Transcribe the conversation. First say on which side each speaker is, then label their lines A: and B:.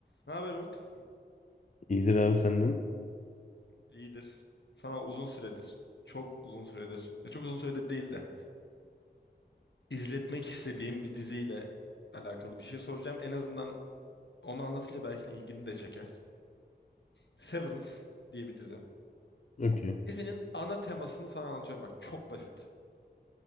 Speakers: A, on the left; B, on the left.
A: Ne haber Umut?
B: İyidir abi senden.
A: İyidir. Sana uzun süredir, çok uzun süredir, ya çok uzun süredir değil de izletmek istediğim bir diziyle alakalı bir şey soracağım. En azından onu anlatınca belki de ilgini de çeker. Severance diye bir dizi.
B: Okey.
A: Dizinin ana temasını sana anlatıyorum bak çok basit.